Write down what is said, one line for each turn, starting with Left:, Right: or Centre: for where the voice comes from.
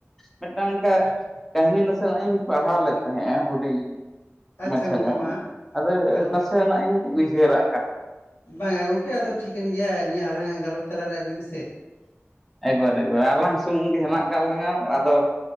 Centre: ᱢᱤᱫᱴᱟᱝ ᱚᱝᱠᱟ ᱠᱟᱹᱦᱟᱹᱱᱤ ᱱᱟᱥᱮᱱᱟᱜ ᱤᱧ ᱯᱟᱲᱦᱟᱣ ᱞᱮᱫ ᱛᱟᱦᱮᱸᱜᱼᱟ ᱦᱩᱰᱤᱧ
Left: ᱟᱪᱪᱷᱟ
Centre: ᱢᱟᱪᱷᱟ
Left: ᱜᱚᱝᱠᱮ
Centre: ᱧᱚᱜ
Left: ᱢᱟ
Centre: ᱟᱫᱚ
Left: ᱜᱟᱞ
Centre: ᱱᱟᱥᱮ ᱱᱟᱜ ᱤᱧ ᱩᱭᱦᱟᱹᱨᱟ
Left: ᱵᱟᱝᱟ ᱜᱚᱝᱠᱮ ᱟᱫᱚ ᱴᱷᱤᱠᱟᱹᱱ ᱜᱮᱭᱟ ᱱᱤᱭᱟᱹ ᱟᱞᱟᱝᱟᱜ ᱜᱟᱞᱚᱪ ᱛᱟᱞᱟᱨᱮ ᱟᱹᱜᱩᱭ ᱢᱮᱥᱮ
Centre: ᱮᱠᱵᱟᱨ ᱟᱞᱟᱝ ᱥᱩᱢᱩᱝ ᱜᱮ ᱦᱮᱱᱟᱜ ᱠᱟᱫ ᱞᱟᱝ-ᱟ ᱟᱫᱚ